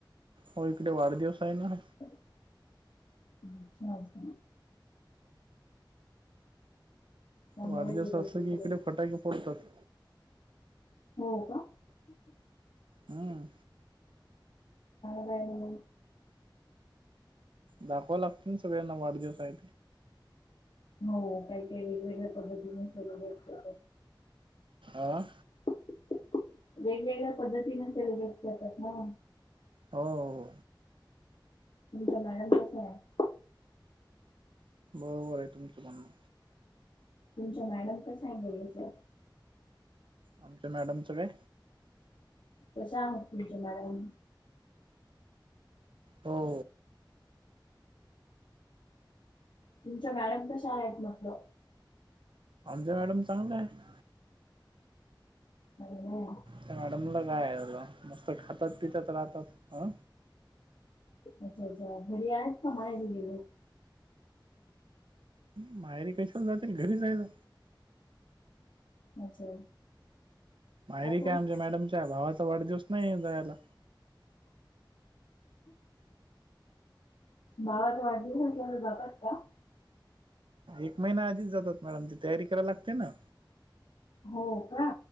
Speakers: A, on the right (about 80°); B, on the left (about 70°).
A: हो इकडे वाढदिवस आहे ना
B: अच्छा अस त्यामुळेच
A: वाढजे अस
B: येत
A: असत
B: असेल
A: की
B: कदाचित
A: इकडे फटाके फोडतात
B: मवा
A: हम्म
B: वाळ म
A: दाखव लागते ना सगळ्यांना वाढदिवसा आहे
B: हो काही काही वेगवेगळ्या पद्धतीने सल्रेट
A: अ
B: वेगवेगळ्या पद्धतीने सेलिब्रेट करतात ना
A: हो हो
B: तुमचं मॅडम कसं आहे
A: बरोबर आहे तुमचं बनणं
B: तुमच मॅडम कसं आहे बोोलचं
A: आमच्या मॅडमचं काय
B: कसं आहेह तुमच्या मडम
A: हो
B: तुमच मॅडम कशा आहेत म्हटलं
A: आमज मॅडम चांगलं आहे
B: ह्
A: त्या मॅडमलं काय आहे झालं मस्त खातात पितात राहतात ह
B: अच्छा अच्छा घरी आहेत का मा आहे गेले
A: मायरी कशी पण जातील घरीच आहे ना
B: अच्छा
A: मायरी
B: असंच
A: काय आमच्या मॅडमच्या भावाचा वाढदिवस नाही जायला
B: बावा तर वाटलीलं तर बघात का
A: एक महिना आधीच जातात मॅडम ती तयारी कराला लागते ना
B: हो का